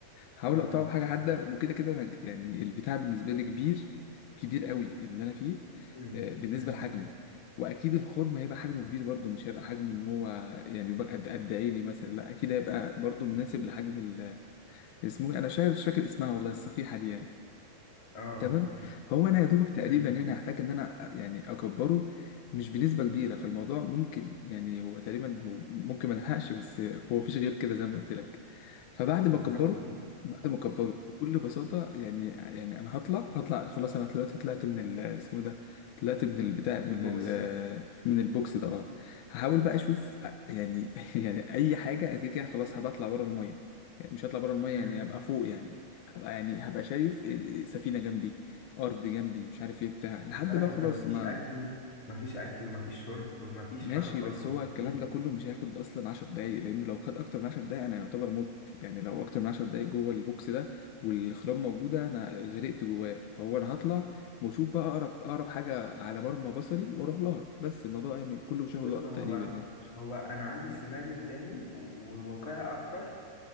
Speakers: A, on the left (about 70°); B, on the left (about 55°).
A: هحاول
B: اه
A: اقطعه بحاجه حاده وكده كده انا ج- يعني البتاع بالنسبه لي كبير كبير قوي اللي انا فيه
B: امم
A: آه، بالنسبه
B: امم
A: لحجمي واكيد الخرم هيبقى حجمه كبير برضه مش هيبقى حجمه ان هو يعني يبقى قد قد عيني مثلا لا اكيد هيبقى برضه مناسب لحجم ال- اسمه إيه؟ انا مش عارف- مش فاكر اسمها والله الصفيحه دي يعني
B: اه
A: تمام فهو انا يا دوبك تقريبا
B: امم
A: هنا هحتاج ان انا يعني اكبره مش بنسبه كبيره فالموضوع ممكن يعني هو تقريبا هو ممكن ما نلحقش بس هو مفيش غير كده زي ما قلت لك فبعد
B: بالظبط
A: ما اكبره بعد ما اكبره بكل بساطه يعني يعني انا هطلع هطلع خلاص انا دلوقتي طلعت من ال- اسمه إيه ده طلعت من البتاع من
B: البوكس
A: ال من البوكس ده اه هحاول بقى اشوف يعني <laughs> يعني اي حاجه أنا كده كده خلاص هبطلع بره الميه يعني مش هطلع بره الميه
B: امم
A: يعني هبقى فوق يعني هبقى يعني هبقى شايف سفينة جنبي أرض جنبي مش عارف ايه بتاع
B: خد
A: لحد
B: بالك
A: بقى
B: انت
A: خلاص
B: مفيش
A: ما
B: اكل مفيش اكل مفيش شرب مفيش
A: ماشي
B: حاجه خالص
A: بس
B: انت
A: هو الكلام
B: بتموت
A: ده كله مش هياخد أصلا عشر دقايق لأنه لو خد أكتر من عشر دقايق أنا يعتبر مت يعني لو أكتر من عشر دقايق جوه البوكس ده والخرام موجودة أنا غرقت جواه فهو أنا هطلع وأشوف بقى أقرب أقرب حاجة على مرمى بصري وأروح لها بس الموضوع يعني كله مش هياخد
B: بس
A: وقت
B: هو
A: تقريبا يعني
B: هو انا عندي سيناريو تاني و- وواقعي اكتر